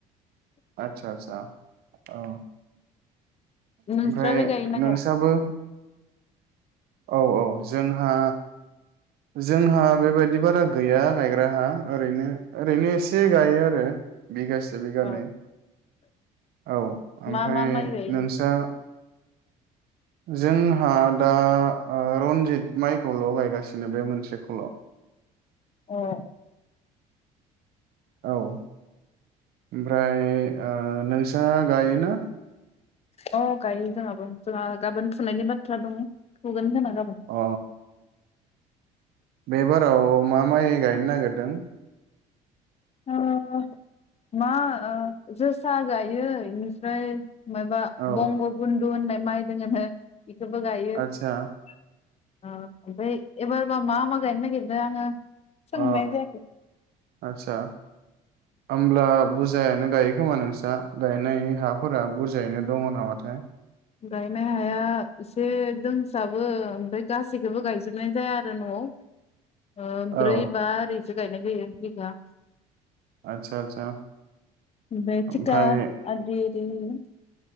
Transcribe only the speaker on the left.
नोंस्रालाय
गायोना
गाया
हो
औ
मा मा माइ गायो
एह
अ गायो जोंहाबो जोंहा गाबोन फुनायनि बाथ्रा दङो फुगोन खोमा। गाबोन
ओ मा ओ जोसा गायो इनिफ्राय मायबा
बंग बुन न्दु होननाय माइ दोङो नो इखोबो गायो। ओ
ओमफ्राय एबारबा मा मा गायनो नायगिरदो आङो सोंनाय
जायाखै
गायनाय हाया एसे दोंसाबो ओमफ्राय गासैखौबो गायजोबनाय जाया आरो न'आव ओ ब्रै
बा आरि सो गायनाय जायो बिगा
ओमफाय
थिका आदि <unintelligible>